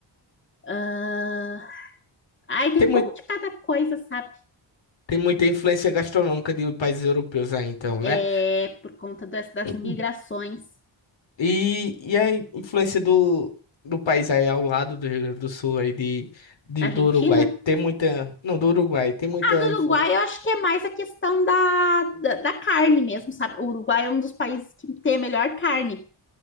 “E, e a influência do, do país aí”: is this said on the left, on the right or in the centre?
Left